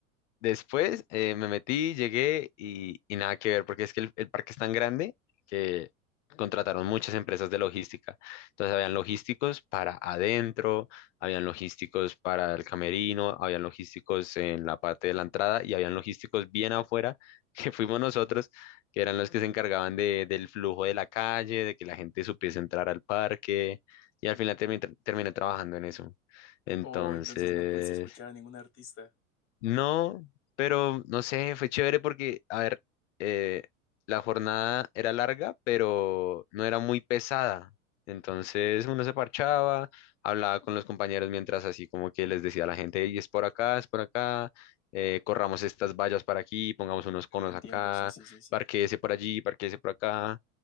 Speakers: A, on the left (about 55°); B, on the left (about 30°).
A: Después eh, me metí, llegué y, y nada que ver, porque es que el, el parque es tan grande que contrataron muchas empresas de logística. Entonces habían logísticos para adentro, habían logísticos para el camerino, habían logísticos en la parte de la entrada y habían logísticos bien afuera, <laughs> que fuimos nosotros, que eran los que se encargaban de- del flujo de la calle, de que la gente supiese entrar al parque y al final terminé, terminé trabajando en eso. Entonces...
B: O entonces no pudiste escuchar a ningún artista.
A: No, pero no sé, fue chévere porque, a ver, eh, la jornada era larga, pero no era muy pesada. Entonces uno se parchaba, hablaba con los compañeros mientras así como que les decía a la gente, y es por acá, es por acá, eh, corramos estas vallas para aquí, pongamos unos conos
B: Entiendo,
A: acá,
B: sí, sí, sí, sí.
A: parquéese por allí, parquéese por acá.